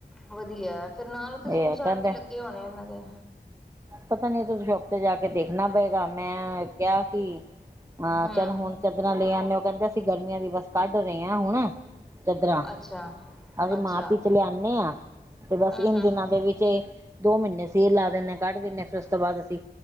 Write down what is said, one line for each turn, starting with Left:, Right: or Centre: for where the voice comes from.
Centre: ਵਧੀਆ ਫੇਰ ਨਾਲ ਓਥੇ ਸੂਟ
Right: ਇਹ ਹੈ
Centre: ਸਾਟ
Right: ਕਹਿੰਦੇ
Centre: ਵੀ ਲੱਗੇ ਲਗੇ ਹੋਣੇ ਏਨਾਂ ਦੇ।
Right: ਪਤਾ ਨੀ ਤੁ ਸ਼ੋਪ ਤੇ ਜਾ ਕੇ ਦੇਖਣਾ ਪਏਗਾ ਮੈਂ ਕਿਆ ਕਿ ਹਾਂ
Centre: ਹਮ
Right: ਚੱਲ ਹੁਣ ਚਾਦਰਾਂ ਲੇ ਆਨੇ ਓ ਕੈਂਦੇ ਅਸੀਂ ਗਰਮੀਆਂ ਦੀ ਬਸ ਕੱਢ ਰਏ ਆ ਹੁਣ। ਚਦਰਾਾਂ
Centre: ਅੱਛਾ
Right: ਅਸੀਂ
Centre: ਅੱਛਾ
Right: ਮਾਰਚ ਇਚ ਲਿਆਨੇ ਆਂ ਤੇ ਬਸ
Centre: ਹਮ
Right: ਇਨ
Centre: ਹਮ
Right: ਦਿਨਾਂ
Centre: ਹਮ
Right: ਦੇ ਵਿੱਚ ਦੋ ਮੀਨੇ ਸੇਲ ਲਾ ਦੇਨੇ ਆਂ ਕੱਢ ਦੇਨੇ ਆਂ ਫਿਰ ਉਸ ਤੋਂ ਬਾਅਦ ਅਸੀਂ